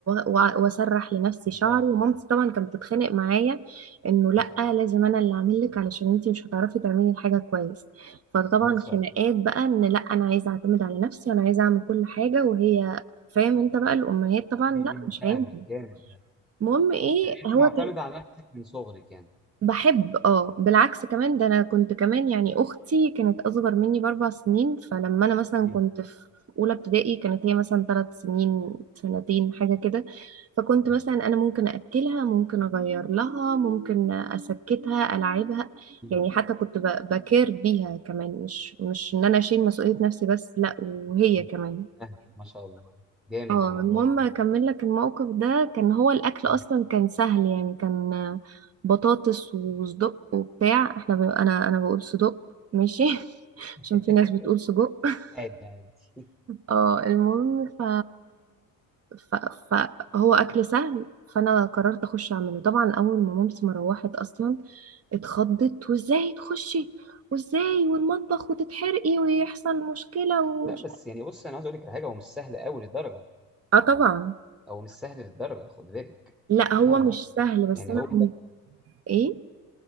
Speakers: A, on the right; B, in the centre.
A: و- وأسرح لنفسي
B: ما
A: شعري
B: شاء الله
A: ومامتي طبعا كانت بتتخانق معايا إنه لأ
B: ما شاء الله
A: لازم أنا اللي أعمل لك علشان أنتي مش هتعرفي تعملي الحاجة كويس فطبعا
B: ما شاء
A: خناقات
B: الله
A: بقى إن لأ أنا عايزة أعتمد على نفسي وأنا عايزة أعمل كل حاجة وهي فاهم أنت بقى الأمهات طبعا
B: م-
A: لأ مش
B: م، فاهمك
A: هينفع
B: جامد
A: المهم إيه
B: انت
A: هو
B: معتمده
A: كان
B: على نفسك من صغرك يعني
A: بحب اه بالعكس كمان ده انا كنت كمان يعني اختي كانت اصغر مني باربع سنين فلما انا مثلا
B: م-
A: كنت في اولى ابتدائي كانت هي مثلا ثلاث سنين سنتين حاجه كده فكنت
B: م-
A: مثلا انا ممكن اكلها ممكن اغير لها ممكن اسكتها العبها
B: م-
A: يعني حتى كنت ب- بكير بيها كمان مش مش ان انا اشيل مسؤوليه نفسي بس لا وهي
B: م.
A: كمان
B: فاهم. ما شاء الله جامد
A: اه
B: الموضوع
A: المهم
B: ده
A: اكمل لك الموقف ده كان هو الاكل اصلا
B: آه.
A: كان سهل يعني كان بطاطس وصدق وبتاع احنا ب... انا انا بقول صدق ماشي <laughs>
B: <laughs>
A: عشان في ناس بتقول سجق <laughs>
B: عادي عادي
A: اه المهم ف... ف... فهو اكل سهل فانا قررت اخش اعمله طبعا اول ما مامتي ما روحت اصلا اتخضت وازاي تخشي وازاي والمطبخ وتتحرقي ويحصل مشكلة ومش
B: لا بس يعني بص انا عاوز اقول لك على حاجه هو مش سهل قوي للدرجه
A: اه طبعا
B: هو مش سهل للدرجه خد بالك
A: لا هو
B: اه اه
A: مش سهل بس
B: يعني
A: انا
B: هو
A: ايه